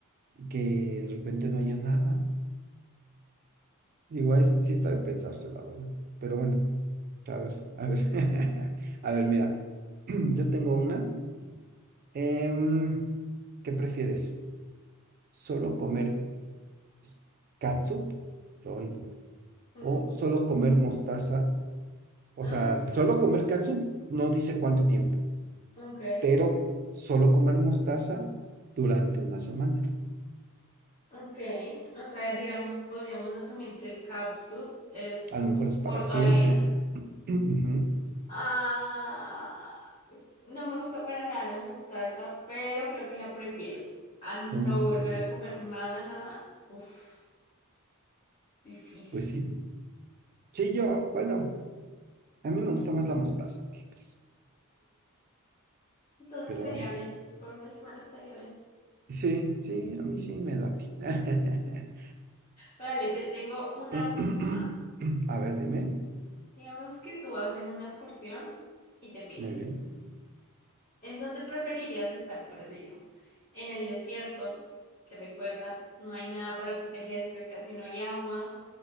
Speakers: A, on the right; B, on the left.
A: que
B: <laughs>
A: de repente no haya nada. Igual es, sí está de pensarse, la verdad. Pero bueno, a ver, a ver, <laughs>
B: Sí.
A: a ver, mira, <clears throat> yo tengo una. Em, ¿qué prefieres? ¿Solo comer s- catsup? Ay, no.
B: Uh,
A: ¿O solo comer mostaza? O
B: Ah,
A: sea, solo comer katsu no dice cuánto tiempo,
B: ok.
A: pero solo comer mostaza durante una semana.
B: Ok, o sea, digamos, podríamos asumir que el capsu es como
A: A lo mejor es para
B: por
A: siempre.
B: toda la vida.
A: <clears throat> Ujú.
B: Ah, no me gusta para nada la mostaza, pero creo que la prefiero a no
A: ¿Cómo
B: volver
A: crees?
B: a comer nada, nada. Uf, difícil.
A: Pues sí. Sí, yo, bueno, a mí me gusta más la mostaza que pues,
B: Entonces
A: pero
B: estaría
A: bueno.
B: bien, por una semana estaría bien.
A: Sí, sí, a mí sí me late. <clears throat>
B: Vale, te tengo una
A: <laughs>
B: última.
A: A ver, dime.
B: Digamos que tú vas en una excursión y te pierdes.
A: Muy bien.
B: ¿En dónde preferirías estar perdido? ¿En el desierto? Que recuerda, no hay nada para protegerse, casi no hay agua,